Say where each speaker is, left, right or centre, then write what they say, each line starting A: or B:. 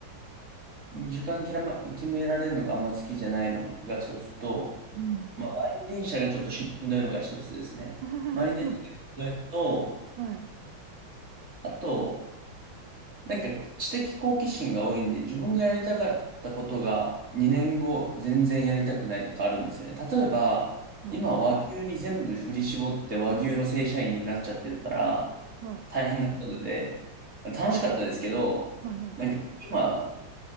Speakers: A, on the right; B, on the right.
A: 時間決ま、決められるのがあんま好きじゃないのが一つと、
B: うん。
A: まあ、満員電車がちょっとしんどいのが一つですね。
B: <laughs>
A: 満員電車がしんどいのと、
B: はい。
A: あと、なんか知的好奇心が多いんで、自分がやりたかったことが2年後全然やりたくないとかあるんですよね。例えば、
B: はい。
A: 今和牛に全部振り絞って和牛の正社員になっちゃってるから、
B: はい。
A: 大変なことで、まあ楽しかったですけど、
B: はい。はい。
A: なんか今、